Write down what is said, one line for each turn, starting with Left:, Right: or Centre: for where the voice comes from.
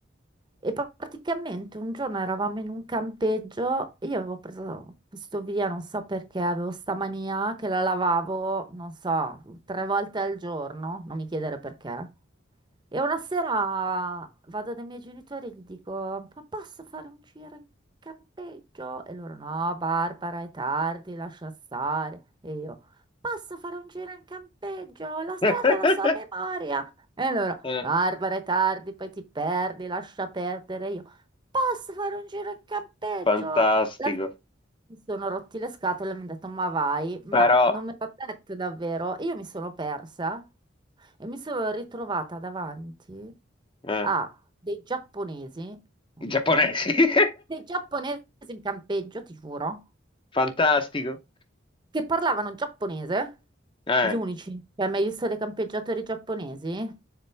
Right: E praticamente un giorno eravamo in un campeggio e io avevo preso questo via, non so perché, avevo sta mania che la lavavo, non so, tre volte al giorno, non mi chiedere perché. E una sera vado dai miei genitori e gli dico, ma posso fare un giro in campeggio? E loro, no, Barbara, è tardi, lascia stare. E io, posso fare un giro in campeggio? La strada
Left: <laughs>
Right: è la so a memoria. E loro,
Left: Eh.
Right: Barbara, è tardi, poi ti perdi, lascia perdere. Posso fare un giro in campeggio?
Left: Fantastico.
Right: Alla fine mi sono rotti le scatole e mi hanno detto, ma vai, ma
Left: Però,
Right: non me l'ha detto davvero. Io mi sono persa e mi sono ritrovata davanti
Left: eh,
Right: a dei giapponesi, non
Left: i giapponesi.
Right: mi chiedere perché,
Left: <laughs>
Right: dei giapponesi in campeggio, ti giuro,
Left: Fantastico.
Right: che parlavano giapponese,
Left: Eh.
Right: gli unici. Cioè, hai mai visto dei campeggiatori giapponesi?